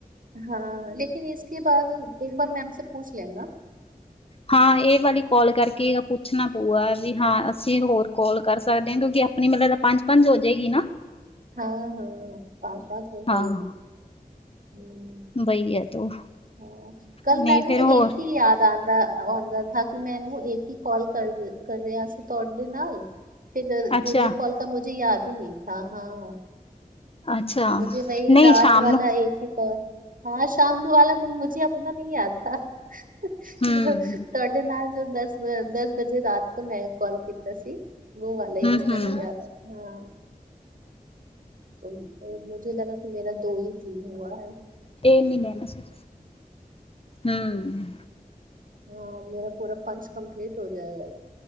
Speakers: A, on the right; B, on the left.
A: ਹਾਂ, ਲੇਕਿਨ ਇਸ ਕੇ ਬਾਅਦ ਇੱਕ ਬਾਰ ਮੈਮ ਪੁੂਛ ਲੇਨਾ।
B: ਹਾਂ-ਹਾਂ ਇਹ ਵਾਲੀ ਕੋਲ ਕਰਕੇ ਪੁੱਛਣਾ ਪਊਗਾ, ਵੀ ਹਾਂ ਅਸੀਂ ਹੋਰ ਕਾਲ ਕਰ ਸਕਦੇ ਹਾਂ ਕਿਉਂਕਿ ਆਪਣੀ ਮਤਲਬ, ਤਾਂ ਪੰਜ-ਪੰਜ ਹੋ ਜਾਏਗੀ ਨਾ।
A: ਹਾਂ-ਹਾਂ, ਪਾਂਚ-ਪਾਂਚ ਹੋ
B: ਹਾਂ
A: ਗਈ। ਹੂੰ,
B: ਬਈਆ ਤੋ
A: ਹਾਂ, ਕੱਲ
B: ਨਹੀਂ
A: ਮੈਨੂੰ
B: ਫੇਰ
A: ਇੱਕ
B: ਹੋਰ
A: ਹੀ ਯਾਦ ਦਾ ਆਉਂਦਾ ਕਿ, ਮੈਂ ਇਹਨੂੰ ਇੱਕ ਹੀ ਕਾਲ ਕਰ ਕਰ ਰਿਹਾ ਸੀ ਤੁਹਾਡੇ ਨਾਲ ਫਿਰ
B: ਅੱਛਾ
A: ਦੂਜੇ ਕਾਲ ਕਾ, ਮੁਝੇ ਯਾਦ ਹੀ ਨਹੀਂ ਥਾ ਹਾਂ।
B: ਅੱਛਾ
A: ਮੁਝੇ ਵਹੀ
B: ਨਹੀਂ
A: ਰਾਤ
B: ਸ਼ਾਮ
A: ਵਾਲਾ
B: ਨੂੰ
A: ਇੱਕ ਹੀ ਕਾਲ ਹਾਂ, ਸ਼ਾਮ ਵਾਲਾ ਮੁਝੇ ਆਪਣਾ ਨਹੀਂ ਯਾਦ ਥਾ ਤੁਹਾ
B: ਹਮ
A: ਦੇ ਨਾਲ ਜੋ ਦਸ-ਦਸ ਵਜੇ ਰਾਤ ਕੋ ਮੈਂ ਕਾਲ ਕੀਤਾ ਸੀ। ਬੋ ਵਾਲਾ ਹੀ
B: ਹਮ
A: ਬਸ
B: ਹਮ
A: ਮੈਨੁੰ ਵੀ ਯਾਦ ਹੈ ਹਾਂ। ਤੁਮ ਮੁਝੇ ਲਗਾ ਕਿ, ਮੇਰਾ ਦੋ ਹੀ ਤੀਨ ਹੁਆ ਹੈ।
B: ਤੇਇਸ ਮਹੀਨੇ ਹੈ ਇਸ ਐਚ ਹੂੰ।
A: ਹਾਂ ਮੇਰਾ ਪੂਰਾ ਪੰਚ, ਕੰਮਪਲੀਟ ਹੋ ਜਾਏੇ